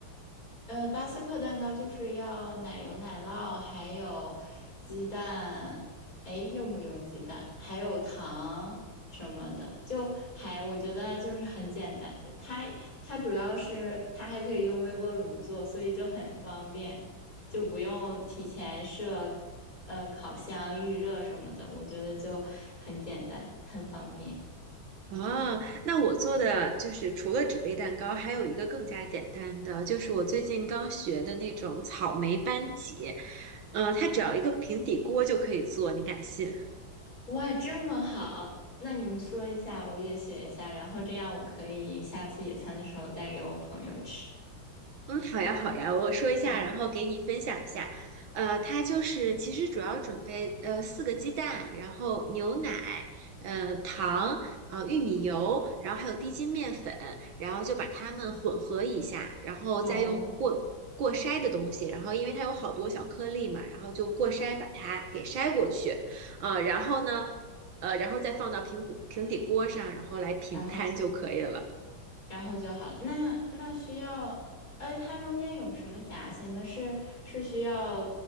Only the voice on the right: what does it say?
哦，那我做的就是除了纸杯蛋糕，还有一个更加简单的，就是我最近刚学的那种草莓班戟，呃，它只要一个平底锅就可以做，你敢信？
嗯，好呀，好呀，我说一下，然后给你分享一下。呃，它就是其实主要准备呃四个鸡蛋，然后牛奶，呃糖，呃玉米油，然后还有低筋面粉，然后就把它们混合一下，然后再用过过筛的东西，
然后因为它有好多小颗粒嘛，然后就过筛把它给筛过去，呃，然后呢，呃，然后再放到平锅平底锅上，然后来平摊就可以了。